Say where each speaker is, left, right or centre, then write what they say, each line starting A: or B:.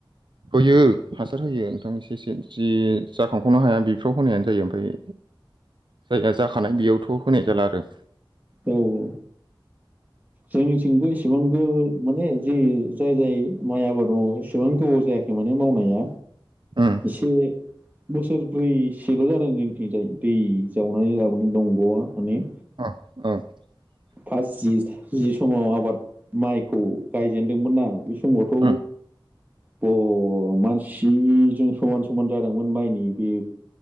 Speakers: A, on the right; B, on the right.
A: होयो हासार होयो नोंथां एसे एसे जि जाखांख'नो हाया बेफोराव होनायानो जायो ओमफाय जाया जाखानाय बेयावथ' होनाय जाला आरो
B: औ औ जोंनिथिंबो इसेबां गो माने जि जाय जाय माइ आबाद मावो एसेबां गोबाव जायाखै माने नि मावनाया
A: उम
B: एसे बोसोरब्रैसेल' जादों जोंथिंजाय दै जावनानै लाबोनो दंग'आ माने
A: <unintelligible>
B: फास जि जि समाव आबाद माइखौ गायजेनदोंमोन ना बे समावथ'
A: उम
B: ब मानसिजों समान समान जादोंमोन माइनि बे